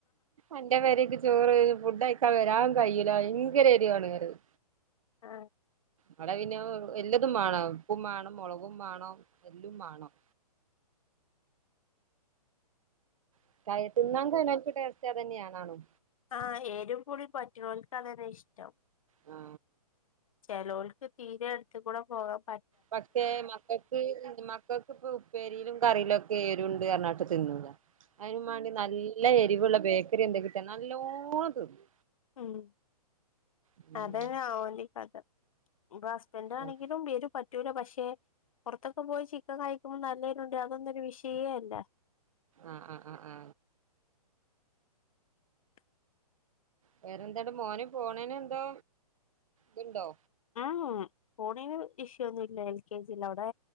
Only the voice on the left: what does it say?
ആ
ആ എരും പുളി പറ്റോൽക്ക് അതന്നെ ഇഷ്ടം
ചേലോൽക്ക് തീരെ എടുത്തകൂടെ പോകാം
മ്
അതന്നെ ഓലെ കഥ ഇപ്പൊ ഹസ്ബൻഡ് ആണെങ്കിലും
എരു പറ്റൂല പക്ഷെ പുറത്തൊക്കെ പോയി ചിക്കൻ കഴിക്കുമ്പോൾ നല്ലേ എരു അതൊന്നൊരു വിഷയേ അല്ല
<unintelligible>
മ് പൊണെന്ന് ഇഷ്യൂ ഒന്നും ഇല്ല എൽ കെ ജിൽ അവിടെ